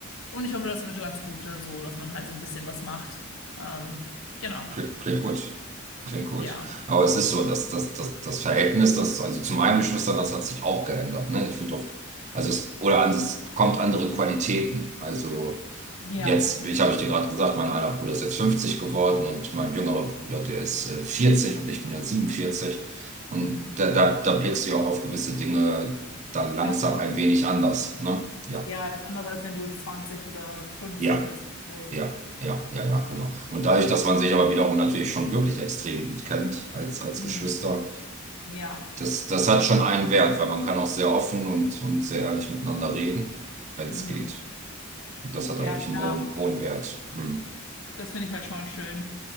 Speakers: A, on the left; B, on the right.
A: Und ich hoffe, das wird ganz gut, äh, so, dass man halt so ein bisschen was macht. Ähm, genau.
B: Klingt, klingt gut. Klingt gut.
A: Ja.
B: Aber es ist so, dass das, das, das Verhältnis, das, also zu meinen Geschwistern, das hat sich auch geändert. Ne? Ich würde doch, also es, oder an, es kommt andere Qualitäten. Also
A: Ja.
B: jetzt, ich habe ich dir gerade gesagt, mein einer Bruder ist jetzt 50 geworden und mein jüngerer Bruder, der ist äh, 40 und ich bin ja 47. Und
A: Mhm.
B: da, da, da blickst du ja auch auf gewisse Dinge dann langsam
A: Ganz anders.
B: ein wenig anders. Ne? Ja.
A: Ja, das ist anders, als wenn du 20 oder 15
B: Ja.
A: bist. So.
B: Ja, ja, ja, ja, genau. Und dadurch, dass man sich aber wiederum natürlich schon wirklich extrem gut kennt als, als
A: Mhm.
B: Geschwister,
A: Ja,
B: das, das hat schon einen Wert, weil man kann auch sehr offen und, und sehr ehrlich miteinander reden, wenn
A: mhm.
B: es geht. Und das hat
A: Ja,
B: eigentlich
A: klar.
B: einen hohen, hohen Wert. Hm.
A: Das finde ich halt schon schön.